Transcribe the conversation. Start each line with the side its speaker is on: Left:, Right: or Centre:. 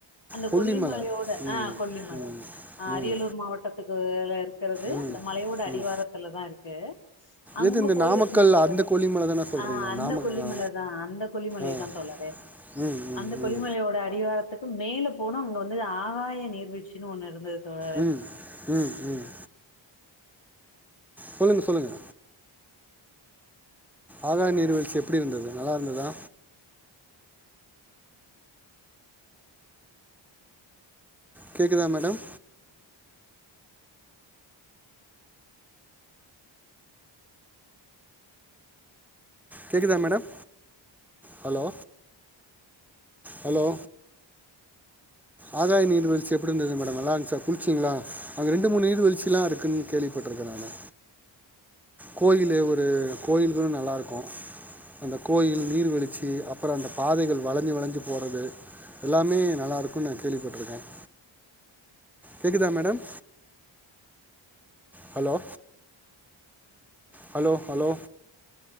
Left: அந்த
Centre: கொல்லிமலை
Left: கொல்லிமலையோட
Centre: ம்
Left: ஆ கொல்லிமல
Centre: ம்
Left: அ அரியலூர்
Centre: ம்
Left: மாவட்டத்துக்குல்ல இருக்குறது.
Centre: ம்
Left: இந்த மலையோட அடிவாரத்துல
Centre: ம்
Left: தான் இருக்கு. அங்க
Centre: எது இந்த
Left: போய்
Centre: நாமக்கல்
Left: இருந்தோம் தோழரே
Centre: அந்த கொல்லிமலை தானே சொல்கிறீங்க
Left: ஆஹ அந்த
Centre: நாமக்கல்
Left: கொல்லிமலதா
Centre: ஆ
Left: அந்த கொல்லிமலை
Centre: ஆ
Left: தான் தோழரே
Centre: ம் ம்
Left: அந்த கொல்லிமலையோட
Centre: ம்
Left: அடிவாரத்துக்கு மேலும். போனோ அங்க வந்து ஆகாய நீர்வீழ்ச்சின்னு ஒண்ணு இருந்தது. தோழரே
Centre: உம் உம் உம். சொல்லுங்க சொல்லுங்க. ஆகாய நீர்வீழ்ச்சி எப்படி இருந்தது நல்லா இருந்ததா. கேக்குதா மேடம். கேக்குதா மேடம் ஹலோ ஹலோ. ஆகாய நீர்வீ்ழ்ச்சி எப்படி இருந்தது மேடம் நல்லா இருந்துச்சா குளிச்சீங்களா அங்க ரெண்டு மூணு நீர்வீழ்சி எல்லாம் இருக்குன்னு கேள்விப்பட்டிருக்கேன் நானு. கோயில் ஒரு கோயில்களு நல்லா இருக்கும். அந்த கோயில் நீர்வீழ்ச்சி அப்புறம் அந்த பாதைகள் வளைஞ்சி வளைஞ்சு போறது எல்லாமே நல்லா இருக்கும்னு நான் கேள்விப்பட்டிருக்கேன். கேக்குதா மேடம். ஹலோ. Hello hello.